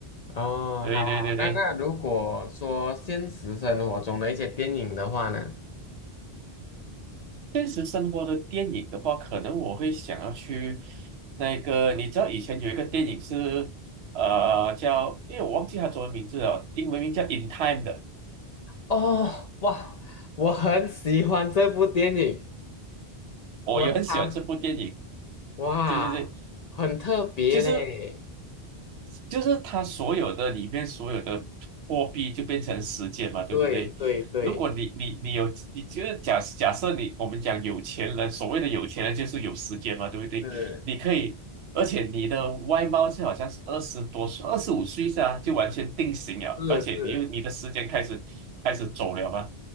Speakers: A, on the left (about 50°); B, on the right (about 80°).
A: 哦，
B: 对对对对。
A: 好好，那那如果说现实生活中的一些电影的话呢？
B: 现实生活的电影的话，可能我会想要去那个，你知道以前有一个电影是呃叫，因为我忘记它中文名字了，英文名叫《In Time》的，
A: 哦，哇，我很喜欢这部电影，
B: 我也很喜欢这部电影。
A: 我操，哇，
B: 对对对，
A: 很特别嘞，
B: 就是就是他所有的里面所有的货币就变成时间嘛，对不对？
A: 对对对，
B: 如果你你你有，你就是假假设你我们讲有钱人，所谓的有钱人就是有时间嘛，对不对？
A: 是
B: 你可以，而且你的外貌是好像是二十多岁、二十五岁啊，就完全定型了，
A: 是是，
B: 而且你又你的时间开始开始走了嘛，